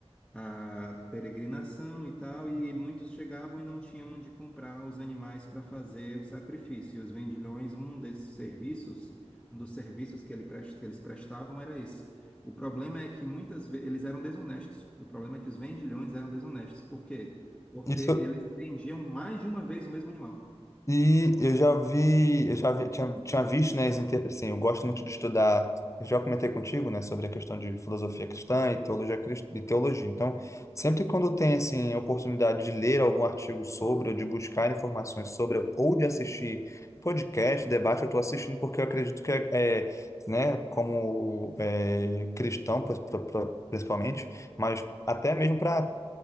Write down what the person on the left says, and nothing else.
Isso,
E eu já vi, eu já vi, tinha, tinha visto, né, as inter- assim, eu gosto muito de estudar, eu já comentei contigo, né, sobre a questão de filosofia cristã e teologia, crist- e teologia. Então, sempre quando tem, assim, a oportunidade de ler algum artigo sobre, ou de buscar informações sobre, ou de assistir podcast, debate, eu estou assistindo porque eu acredito que, é, é, né, como é, cristão, pr- pr- pr- principalmente, mas até mesmo para